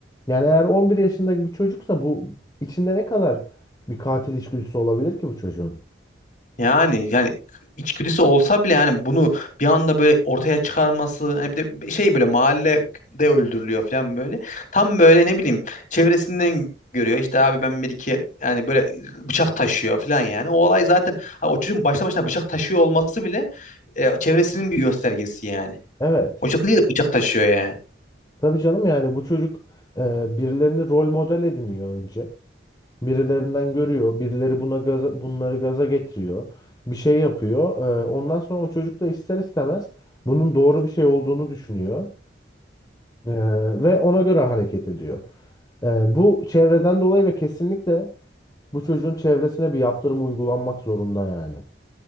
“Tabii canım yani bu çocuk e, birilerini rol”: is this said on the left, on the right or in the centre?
Left